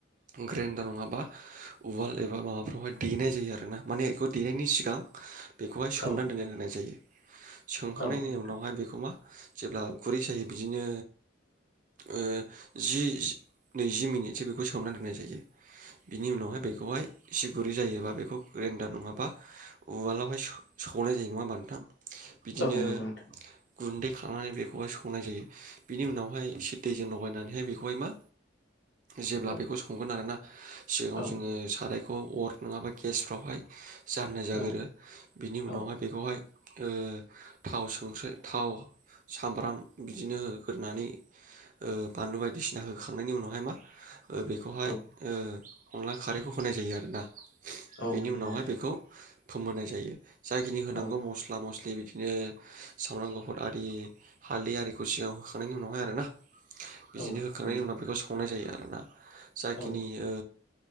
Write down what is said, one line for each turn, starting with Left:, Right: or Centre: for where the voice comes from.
Right: ग्रेन्डार नङाबा उवाल एबा माबाफ्रावहाय देनाय जायो आरो ना माने बेखौ देनायनि सिगां बेखौहाय सोमनानै
Left: औ
Right: दोननो गोनां जायो सोंखांनायनि
Left: औ नोंथां
Right: उनावहाय बेखौ मा जेब्ला गुरै जायो बिदिनो ओ जि नैजि मिनिटसो बेखौ सोमना दोननाय जायो बिनि उनावहाय बेखौहाय एसे गुरै जायोबा बेखौ ग्रेन्डार नङाबा उवालावहाय सौनाय जायो नङा होनोमबा नोंथां बिदिनो
Left: औ नंगौ नोंथां
Right: गुन्दै खालामनानै बेखौहाय सौनाय जायो बिनि उनावहाय एसे दैजों लगायनानैहाय बेखौहाय मा जेब्ला
Left: औ
Right: बेखौ संगोन आरोना सिगाङाव
Left: औ
Right: जोङो साराय खौ अर नङाबा गेसफ्रावहाय जाननाय जागोरो
Left: औ
Right: बिनि उनावहाय
Left: औ
Right: बेखौहाय ओ थाव संस्रि थाव सामब्राम बिदिनो होरनानै ओ बानलु बायदिसिना होखांनायनि उनावहाय मा ओ बेखौहाय
Left: औ
Right: ओ अनला खारैखौ होनाय जायो आरोना
Left: औ
Right: बेनि
Left: नंगौ
Right: उनावहाय
Left: नोंथां
Right: बेखौ फोमोनाय जायो जायाखिनि होनांगौ
Left: औ
Right: मस्ला मस्लि बिदि बिदिनो सामब्राम गुफत आरि हालदै आरिखौ सिगांङाव होखांनायनि उनावहाय आरो ना बिदिनो
Left: औ
Right: होखांनायनि
Left: नंगौ
Right: उनाव बेखौ संनाय जायो आरोना जाखिनि
Left: औ
Right: ओ